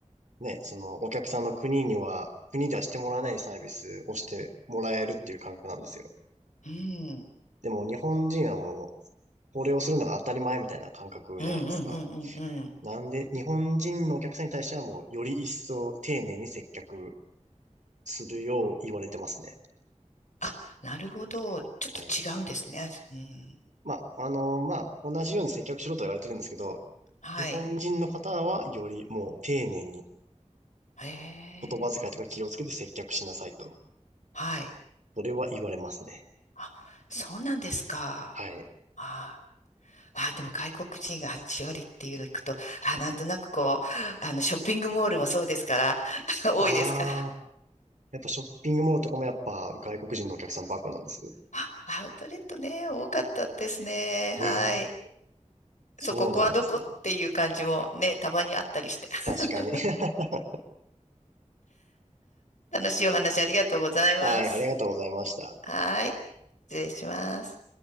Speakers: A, on the right; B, on the left.
A: ね、そのお客さんの国には、国ではしてもらえないサービスをしてもらえるっていう感覚なんですよ。
B: あー、うん。
A: でも日本人はもう、これをするのが当たり前みたいな感覚じゃないですか。
B: うんうんうんうんうん。
A: なんで、日本人のお客さんに対してはもう、より一層丁寧に接客するよう言われてますね。
B: あ、なるほど。ちょっと違うんですね。
A: はい。
B: うん。
A: まあ、あのまあ、同じように接客しろとは言われてるんですけど、
B: はい。
A: 日本人の方はよりもう丁寧に
B: へえ。
A: 言葉遣いとか気をつけて接客しなさいと。
B: はい。
A: それは言われますね。
B: あ、そうなんですか。
A: はい。
B: ああでも外国人が8割っていうのを聞くと、あ、なんとなくこう、あの、ショッピングモールもそうですから、<laughs> 多いですから
A: ああ、やっぱショッピングモールとかもやっぱ外国人のお客さんばっかなんですよ。
B: あ、アウトレットね、多かったですね。
A: ええ、
B: はい。
A: そうなんですね。
B: そう、ここはどこっていう感じもね、たまにあったりして。<laughs>
A: 確かに。<laughs>
B: 楽しいお話ありがとうございます。
A: はい、ありがとうございました。
B: はい。失礼します。